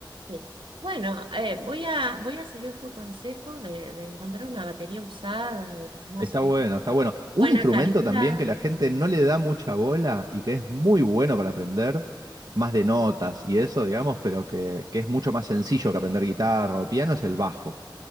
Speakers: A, on the right; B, on the right.
A: sí. Bueno, eh, voy a, voy a seguir tu consejo de, de encontrar una batería usada de más
B: Está bueno, está bueno. Un
A: buena
B: instrumento
A: calidad.
B: también que la gente no le da mucha bola y que es muy bueno para aprender, más de notas y eso, digamos, pero que, que es mucho más sencillo que aprender guitarra o piano, es el bajo.